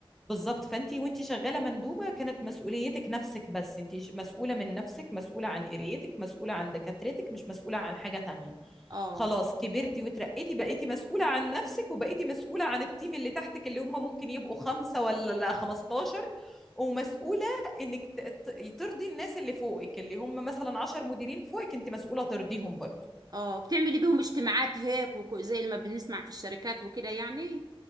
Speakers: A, in the centre; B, on the right (about 45°).
A: بالظبط فانت وانت شغاله مندوبه كانت مسؤوليتك نفسك بس انت ش- مسؤوله من نفسك مسؤوله عن قريتك مسؤوله عن دكاترتك مش مسؤوله عن حاجه تانية
B: اه
A: خلاص كبرتي وترقيتي بقيتي مسؤوله عن نفسك وبقيتي مسؤوله عن التيم اللي تحتك اللي هم ممكن يبقوا خمسه ولا 15 ومسؤوله انك ت- ت- ترضي الناس اللي فوقك اللي هم مثلا 10 مديرين فوقك انت مسؤوله ترضيهم برضه
B: اه بتعملي بيهم اجتماعات هيك وك- زي ما بنسمع في الشركات وكده يعني